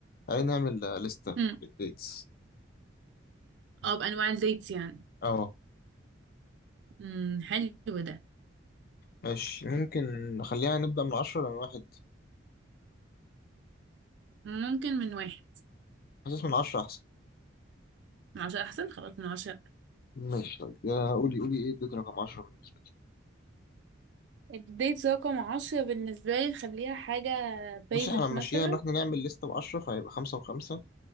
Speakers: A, on the left; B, on the right.
A: تعالي نعمل آه، لستة
B: امم
A: بالديتس
B: اه بانواع الديتس يعني
A: اه
B: امم حلو ده
A: ماشي ممكن نخليها نبدأ من عشرة لأن واحد
B: ممكن من واحد
A: حاسس من عشرة أحسن
B: من عشرة احسن خلاص من عشرة
A: ماشي طيب يا قولي قولي إيه اديت رقم عشرة بالنسبة لي
B: الديت رقم عشرة بالنسبة لي نخليها حاجة
A: بس
B: بيزك
A: إحنا هنمشيها
B: مثلا
A: إن إحنا نعمل لستة بعشرة فهيبقى خمسة وخمسة